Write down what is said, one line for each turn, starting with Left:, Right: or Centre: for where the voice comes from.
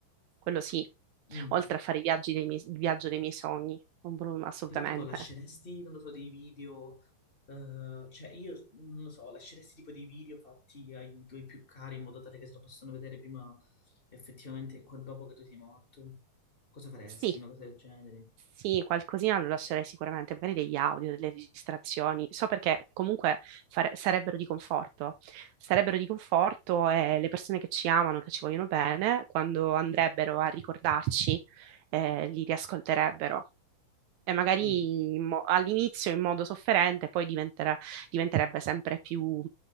Right: quello sì.
Left: Mm.
Right: Oltre a fare i viaggi dei miei, il viaggio dei miei sogni, un- assolutamente.
Left: Però tipo lasceresti, non lo so, dei video, eh, cioè io non lo so, lasceresti tipo dei video fatti ai tuoi più cari in modo tale che se lo possano vedere prima effettivamente qua- dopo che tu sei morto? Cosa faresti?
Right: Sì.
Left: Una cosa del genere?
Right: Sì, qualcosina lo lascerei sicuramente, magari degli audio, delle registrazioni. So perché comunque fare- sarebbero di conforto. Sarebbero di conforto e le persone che ci amano, che ci vogliono bene, quando andrebbero a ricordarci, eh, li riascolterebbero e magari
Left: Mm.
Right: in mo- all'inizio in modo sofferente, poi diventerà- diventerebbe sempre più,